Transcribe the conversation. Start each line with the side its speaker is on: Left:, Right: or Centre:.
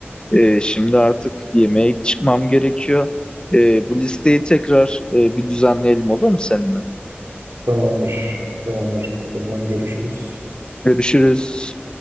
Left: E, şimdi artık yemeğe çıkmam gerekiyor. E, bu listeyi tekrar e, bir düzenleyelim olur mu seninle?
Right: Tamamdır. Tamamdır. O zaman görüşürüz.
Left: Görüşürüz.